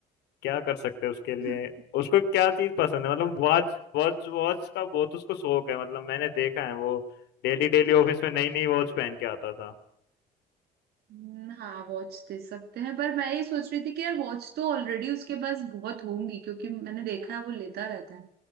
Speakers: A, on the left; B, on the right.
A: क्या कर सकते हैं उसके लिए
B: <laughs>
A: उसको क्या चीज पसंद है मतलब वॉच वॉच वॉच का बहुत उसको शौक है मतलब मैंने देखा है वो डेली डेली ऑफिस में नई नई वॉच पहन के आता था
B: हम्म, हाँ वॉच दे सकते हैं पर मैं ये सोच रही थी कि यार वॉच तो ऑलरेडी उसके पास बहुत होंगी क्योंकि मैंने देखा है वो लेता रहता है